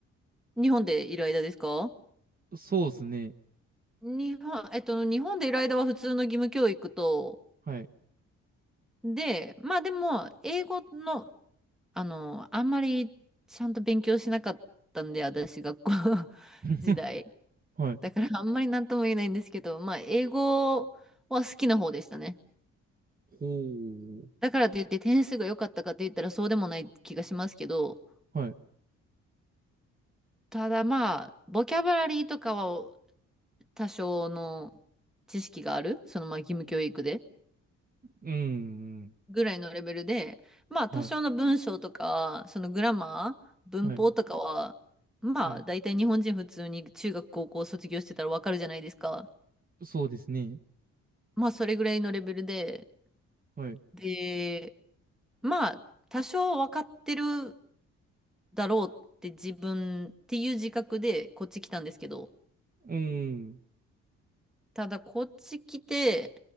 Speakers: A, in the centre; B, on the right (about 30°).
A: う。日本でいる間ですか
B: そうですね。
A: 日本、えっと、日本でいる間は普通の義務教育と、
B: はい。
A: で、まあでも、英語の、あの、あんまりちゃんと勉強しなかったんで、私、学校 <laughs>
B: <laughs>
A: 時代。
B: はい。
A: だから、あんまりなんとも言えないんですけど、まあ、英語は好きな方でしたね。
B: ほう。
A: だからといって点数が良かったかと言ったらそうでもない気がしますけど、
B: はい。
A: ただまあ、ボキャブラリーとかは多少の知識がある、そのまあ義務教育で。
B: うん。
A: ぐらいのレベルで、まあ多少の文章とか、
B: はい。
A: そのグラマー、文法とかは、
B: はい。
A: まあ大体日本人普通に中学高校卒業してたらわかるじゃないですか。
B: はい。そうですね。
A: まあそれぐらいのレベルで、
B: はい。
A: で、まあ多少わかってるだろうって自分っていう自覚でこっち来たんですけど、
B: うん。
A: ただこっち来て